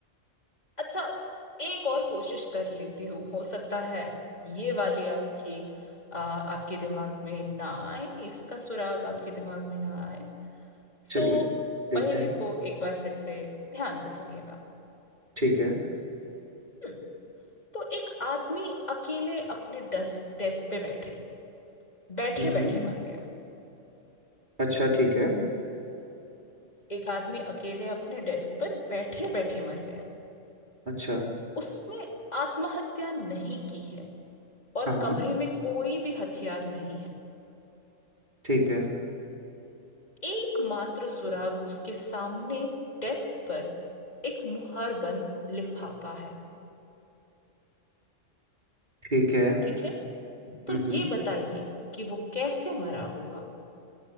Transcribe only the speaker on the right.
चलिए
देखते
हैं
ठीक है
हम्म
अच्छा ठीक है
अच्छा
हाँ हाँ
ठीक है
ठीक है
हम्म